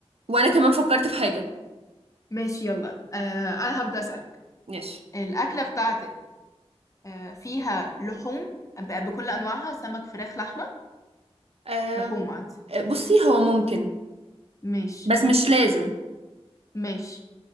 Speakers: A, on the right; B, on the left.
A: وانا كمان فكرت في حاجة
B: ماشي يلا آه أنا هبدأ أسألك
A: ماشي
B: الأكلة بتاعتك آه فيها لحوم ب- بكل أنواعها سمك فراخ لحمة
A: أم...
B: لحوم عادي
A: بصي هو ممكن
B: ماشي
A: بس مش لازم
B: ماشي